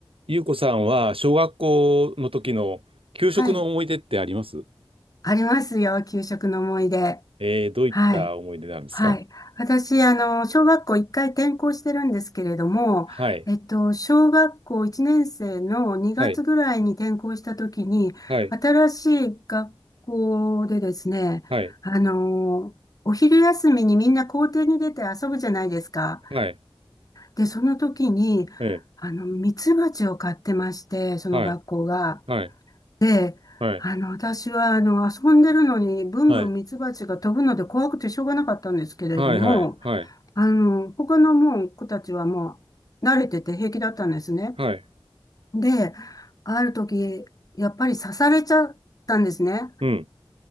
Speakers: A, on the right; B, on the left.
A: ゆうこさんは小学校の時の給食の思い出ってあります
B: はい。ありますよ。給食の思い出。
A: えー、どういった思い出なんですか
B: はい。はい。私、あの、小学校一回転校してるんですけれども、
A: はい。
B: えっと、小学校1年生の2月ぐらいに転校した時に、
A: はい。はい。
B: 新しい学校でですね、
A: はい。
B: あの、お昼休みにみんな校庭に出て遊ぶじゃないですか。
A: はい。
B: で、その時に、
A: え
B: あの、ミツバチを飼ってまして、その学校が。
A: ーはい。はい。
B: で、
A: はい。
B: あの、私は、あの、遊んでるのに、ブンブンミツバチが飛ぶので怖くてしょうがなかったんですけれども、
A: はい。はい。はい。はい。
B: あの、他のもう子たちはもう慣れてて平気だったんですね。
A: はい。
B: で、ある時、やっぱり刺されちゃったんですね。
A: うん。